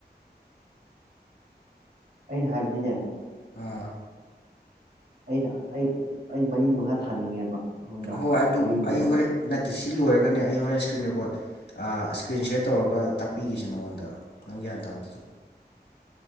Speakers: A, on the right (about 65°); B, on the left (about 75°).
A: ꯑꯩꯅ ꯍꯥꯏꯕꯗꯤꯅꯦ
B: ꯑꯥ
A: ꯑꯩꯅ ꯑꯩ ꯑꯩ ꯃꯔꯤ ꯃꯉꯥ ꯊꯥꯅꯤꯡꯉꯦꯕ ꯈꯪꯕ꯭ꯔꯥ
B: ꯍꯣꯏ ꯑꯗꯨ
A: ꯋꯥꯔꯤꯕꯨꯕ
B: ꯑꯩ ꯍꯣꯔꯦꯟ ꯅꯠꯇꯦ ꯁꯤ ꯂꯣꯏꯔꯒꯅꯦ ꯑꯩ ꯍꯣꯔꯦꯟ ꯏꯁꯀ꯭ꯔꯤꯟ ꯔꯦꯀꯣꯠ ꯑꯥ ꯏꯁꯀ꯭ꯔꯤꯟ ꯁꯌꯥꯔ ꯇꯧꯔꯒ ꯇꯥꯛꯄꯤꯒꯦꯁꯦ ꯅꯉꯣꯟꯗ ꯅꯪ ꯒ꯭ꯌꯥꯟ ꯇꯥꯗ꯭ꯔꯤꯗꯣ